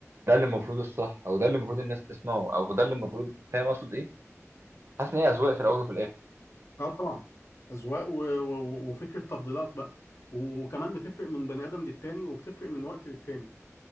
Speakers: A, on the right; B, on the left.
A: ده اللي المفروض الصح او ده اللي المفروض الناس تسمعه او ده اللي المفروض فاهم اقصد ايه حاسس ان هي اذواق في الاول وفي الاخر
B: اه طبعا أذواق و- و- وفكرة تفضيلات بقى وكمان بتفرق من بني آدم للتاني وبتفرق من وقت للتاني